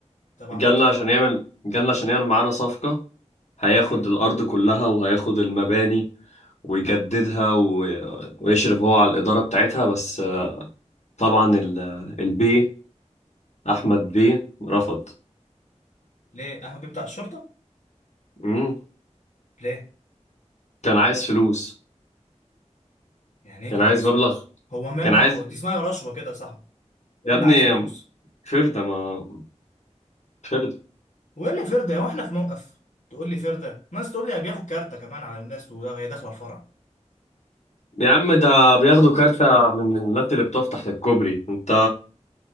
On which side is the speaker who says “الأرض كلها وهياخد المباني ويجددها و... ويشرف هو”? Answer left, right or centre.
Left